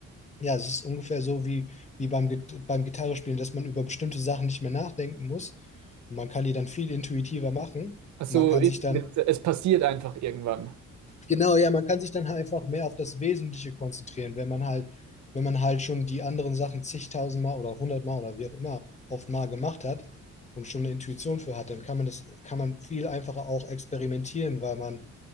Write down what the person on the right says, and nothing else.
Ach so,
mit, es passiert einfach irgendwann.